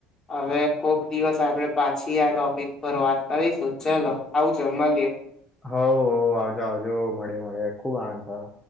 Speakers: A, on the left; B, in the centre.
A: હવે કોક દિવસ આપડે પાછી આ ટોપિક પર વાત કરીશું. ચલો, આવજો મલીએ.
B: હૌ, હૌ, આવજો આવજો. મળીએ, મળીએ. ખૂબ આનંદ થયો.